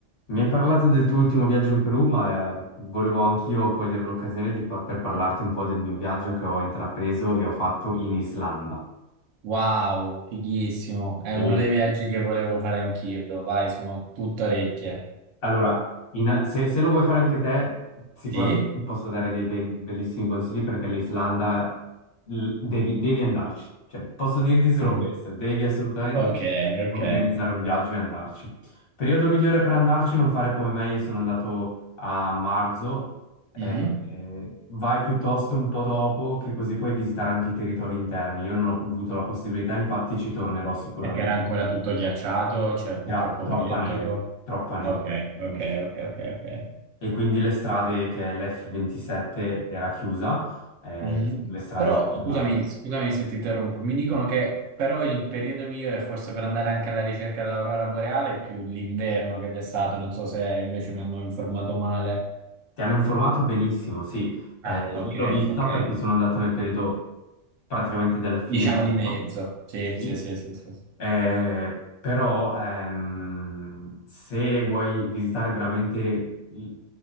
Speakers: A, on the left (about 50°); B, on the right (about 85°).
A: Mi hai parlato del tuo ultimo viaggio in Perù, ma eh, volevo anch'io cogliere l'occasione di pa- per parlarti un po' del mio viaggio che ho intrapreso e ho fatto in Islanda.
B: Wow, fighissimo. È
A: Sì.
B: uno dei viaggi che volevo fare anch'io. Vai, sono tutto orecchie.
A: Allora, in- se, se lo vuoi fare anche te, sicuramente
B: Sì?
A: ti posso dare dei be- bellissimi consigli perché l'Islanda l- devi, devi andarci. Cioè, posso dirti solo
B: Mhm.
A: questo, devi assolutamente
B: Ok,
A: organizzare
B: ok.
A: un viaggio e andarci. Periodo migliore per andarci, non fare come me, io sono andato a marzo, eh,
B: Mhm.
A: eh, vai piuttosto un po' dopo che così puoi visitare anche i territori interni. Io non ho avuto la possibilità, infatti ci tornerò sicuramente.
B: Perché era ancora tutto ghiacciato, c'era
A: Era
B: troppo
A: troppa
B: freddo.
A: neve, troppa neve.
B: Ok, ok,
A: Mm.
B: ok, ok, ok.
A: E quindi le strade che l'F27 era chiusa, eh,
B: Mhm.
A: le strade
B: Però,
A: sterrate.
B: scusami, scusami se ti interrompo. Mi
A: Mhm.
B: dicono che però il periodo migliore forse per andare anche alla ricerca dell'aurora boreale è più l'inverno che d'estate. Non so se invece mi hanno informato male.
A: Ti hanno informato benissimo, sì. Eh,
B: Ah, ok,
A: io l'ho vista
B: ok.
A: perché sono andato nel periodo praticamente della fine
B: Diciamo
A: inverno,
B: di mezzo. Sì,
A: sì.
B: sì, sì, sì, sì.
A: Eh, però ehm, se vuoi visitare veramente il-